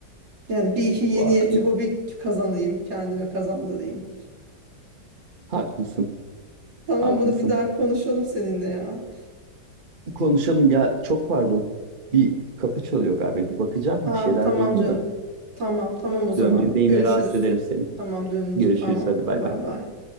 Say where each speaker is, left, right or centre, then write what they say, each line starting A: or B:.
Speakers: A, on the right; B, on the right.
A: Yani bir iki yeni
B: Vay,
A: yeti, hobi kazanayım kendime kazandırayım.
B: haklısın.
A: Tamam
B: Haklısın.
A: bunu bir daha konuşalım seninle ya.
B: Konuşalım ya çok pardon. Bir kapı çalıyor galiba. Bir bakacağım.
A: Aa,
B: Bir şeyler
A: tamam
B: duydum
A: canım.
B: da.
A: Tamam, tamam o zaman.
B: Döndüğümde yine
A: Görüşürüz.
B: rahatsız ederim seni.
A: Tamam dönünce
B: Görüşürüz
A: tamam.
B: hadi bay
A: Bay
B: bay.
A: bay.